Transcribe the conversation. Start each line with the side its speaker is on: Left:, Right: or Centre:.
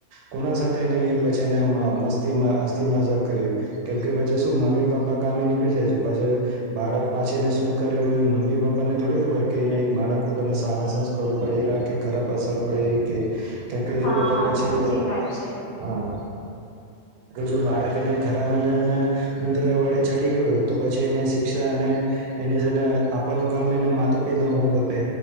Right: કોના સાથે એને પછીને મસ્તી માં અ મજા કરે કેમ કે પછી શું મમ્મી પપ્પા કામે નીકળી જાય છે પછ બાળક પાછને શું કરેું એ મમ્મી પપ્પા ત થોડી ખબર કે ન એ બાળક ઉપરને સારા સંસ્કારો પડેલા કે ખરાબ અસર પડે રહી કે. કેમકે
Left: હા
Right: જો અગર પછી
Left: સાચી
Right: જો
Left: વાત છે
Right: હા જો બાળક એને ખરા મને એ ઉધેરા વાડે ચડી ગયો હોય તો પછી એને શિક્ષા એનેને આપવાનું કામ એને માતા. હું કપે